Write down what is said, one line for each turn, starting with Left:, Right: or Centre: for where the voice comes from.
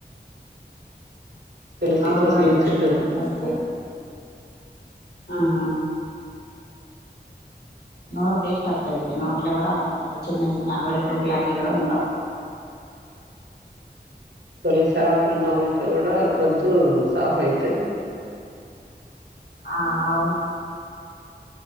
Right: తులసి
Left: నొరుగా
Right: తులసి
Left: టేస్ట్
Right: చెట్టు
Left: వస్తాయ్ అ అ
Right: <inaudible>
Left: నోరు టేస్ట్ అత్తది నోట్లో గూడా అంత చిన్న చిన్న వెడికూర్పులాంటివి గూడా ఉండవ్
Right: తులసాకులు నవ్వుల్తే గూడా గొంతు సాఫ్ అయితది.
Left: ఆ అవును